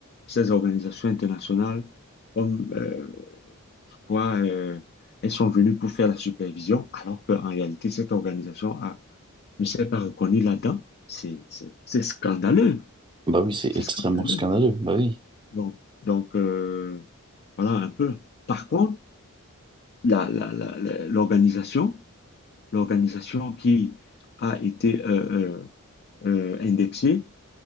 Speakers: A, on the left; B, on the right.
A: ces organisations internationales comme... euh, pourquoi euh, elles sont venues pour faire la supervision alors qu'en réalité, cette organisation a- ne s'est pas reconnue là-dedans? C'est c'est- c'est scandaleux.
B: Bah oui, c'est
A: C'est
B: extrêmement
A: scandaleux.
B: scandaleux. Bah oui,
A: Donc, donc euh, voilà un peu. Par contre, la, la- la- la- l'organisation, l'organisation qui a été euh, euh, euh, indexée,